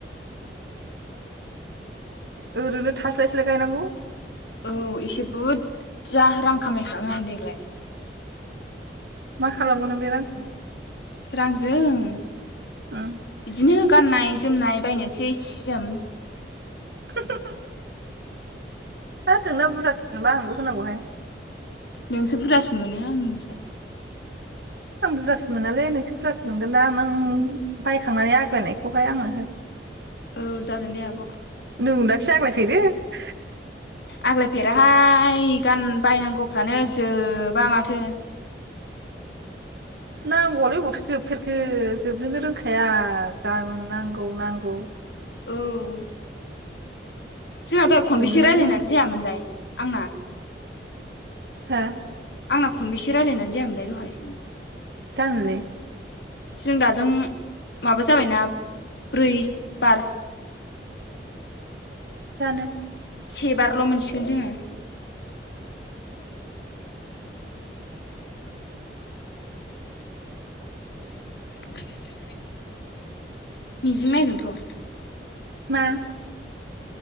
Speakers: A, on the right; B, on the left.
A: ओरैनो थास्लाय स्लाय गायनांगौ ।
B: औ एसे बुरजा रां खामायखागोन आं देग्लाय ।
A: मा खालामगोन नों बे रांखौ?
B: रांजों
A: उम
B: बिदिनो गाननाय जोमनाय बायनोसै सि जोम
A: <unintelligible> <unintelligible> आंनोबो होनांगौहाय।
B: नोंसो बुरजासिन मोनो आंनिफ्राय ।
A: आं बुरजासिन मोनालै नोंसो बुरजासिन मोनगोन ना नों बायखांनानै आग्लायनायखौहाय आंनो हो ।
B: औ जागोन दे आब' ।
A: नुंनाखिसै आग्लायफेरो ।
B: आग्लायफेराहाय गान बायनांगौफ्रानो जोबा माथो ।
A: नांगौआलै अबावथ' जोबफेरखो जोबनोनो रोंखाया जागोन नांग गौ नांगौ
B: औ । जोंना दहाय खनबैसे
A: जोबनोनो
B: रायलायनानै
A: रोङा
B: जायामोनलाय? आंना
A: हो?
B: आंना खनबैसे रायलायनानै जायामोनलाय दहाय?
A: जानोलै?
B: जों दाजों माबा जाबायना ब्रै बार
A: जानो ।
B: से बारल' मोनसिगोन जोङो । <inaudible> मिजिं नायदोंथ' ।
A: मा?